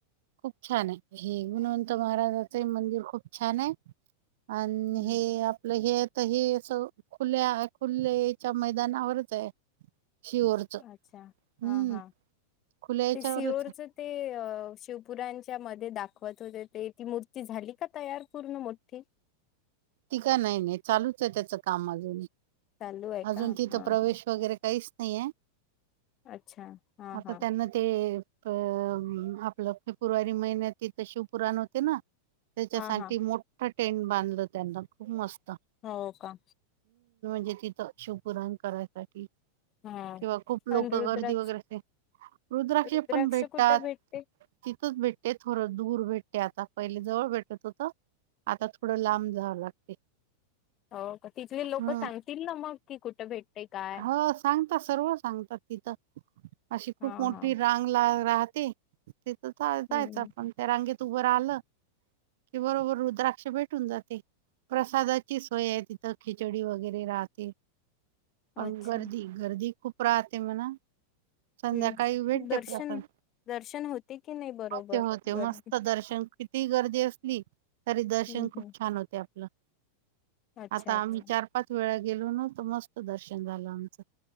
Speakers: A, on the right; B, on the left.
A: खूप छान आहे हे म्हण महाराजाचं मंदिर खूप छान आहे आणि
B: हम्म
A: हे आपलं हे तर हे अस खुल्या खुलेच्या मैदानावरच आहे शिवरचं
B: अच्छा हा
A: हम्म
B: हा.
A: खुल्या याच्यावरच
B: ते सिओरच ते शिवपुरांच्या मध्ये दाखवत होते ते ती मूर्ती झाली का तयार पूर्ण मोठी
A: ती काय नाही नाही चालूच आहे त्याचं काम अजून
B: चालू आहे
A: अजून
B: का
A: तिथं
B: हा
A: प्रवेश
B: हा
A: वगैरे काहीच नाहीये?
B: अच्छा हा
A: आता
B: हा
A: त्यांना ते. अ आपलं फेब्रुवारी महिन्यात त तर शिव पुुराण होते ना? त्याच्यासाठी
B: हा हा
A: मोठं टेंट बांधलं त्यांना खूप मस्त
B: हो का?
A: म्हजे तिथं शिपुराण करायसाठी?
B: हा
A: किंवा खूप लोक
B: आणि रुद्राक्ष
A: गर्दी वगैरे असे रुद्राक्षे
B: रुद्राक्ष
A: पण भेटतात?
B: कुठं भेटते?
A: तिथंच भेटते थोडं दूर भेट- ते आता पहिले जवळ भेटत होत आता थोडं लांब जावं लागते.
B: हो का तिथले लोक
A: ह
B: सांगतील ना मग कि कुठं भेटतय काय?
A: हो सांगतात सर्व सांगतात तिथ अशी खूप
B: हा
A: मोठी
B: हा
A: रांग ला राहते? जायचं
B: हम्म
A: आपण त्या रांगेत उभं रा आलं कि बरोबर रुद्राक्ष भेटून जाते? प्रसादाची सोय आहे तिथं खिचडी वगैरे राहते. पण
B: अच्छा
A: गर्दी -गर्दी खूप राहते म्हण संध्याकाळी
B: हम्म
A: भेटते
B: दर्शन
A: प्रसाद.
B: दर्शन होते की नाही बरोबर
A: होते होते
B: गर्दी
A: मस्त दर्शन किती गर्दी असली तरी दर्शन
B: हम्म
A: खूप
B: हम्म
A: छान होते आपलं.
B: अच्छा
A: आता
B: अच्छा
A: आम्ही चार पाच वेळा गेलो ना तर मस्त दर्शन झालं आमचं.